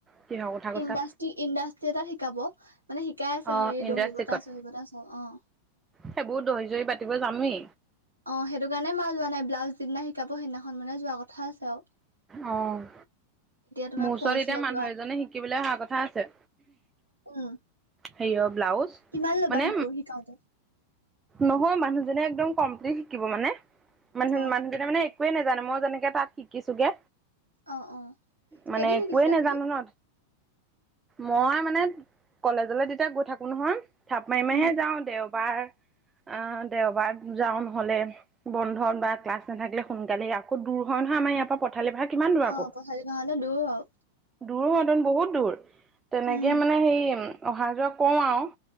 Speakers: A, on the right; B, on the right.
A: কিহৰ কথা কৈছা।
B: ইণ্ডাষ্ট্ৰি ইণ্ডাষ্ট্ৰি এটাত শিকাব মানে শিকাই আছে
A: অ',
B: হেৰি দৰ্হি
A: ইণ্ডাষ্ট্ৰিকত
B: বতা চহি বতা চব, অঁ।
A: সেইবোৰ দহি জহি বাতিব জানোৱে।
B: অঁ সেইটো কাৰণে মাঁ যোৱা নাই ব্লাউজ যিদিনা শিকাব সেইদিনাখন মানে যোৱা কথা আছে আৰু।
A: অঁ,
B: তোমাৰ
A: মোৰ ওচৰত
B: ফলচ
A: এতিয়া
B: লগোৱা
A: মানুহ এজনে শিকিবলৈ অহা কথা আছে।
B: উম
A: হেৰিয়ৰ ব্লাউজ
B: কিমান ল'বা
A: মানে
B: শিকো শিকাওতে?
A: নহয় মানুহজনে একদম কমপ্লিট শিকিব মানে মানুহ
B: অ
A: মানুহজনে মানে একোৱে নোজানে মই যেনেকে তাত শিকিছোগে
B: অ অ
A: মানে
B: কেইদিন
A: একোৱে
B: শিকিছিলা
A: নাজানে
B: তুমি
A: ন মই মানে কলেজলে যেতিয়া গৈ থাকো নহয় থাপ মাৰি মাৰিহে
B: উম
A: যাওঁ। দেও বাৰ আহ দেওবাৰ যাও নহলে বন্ধন বা ক্লাছ নাথাকিলে সোনকালে আকৌ দূৰ হয় নহয়। আমাৰ ইয়াৰ পৰা পঠালি ভৰা কিমান দূৰ আকৌ
B: অ পথালি বাহলে দূৰ আৰু
A: দূৰো হতেন বহুত দূৰ তেনেকে
B: উম
A: মানে হেই অহা যোৱা কৰওঁ আৰু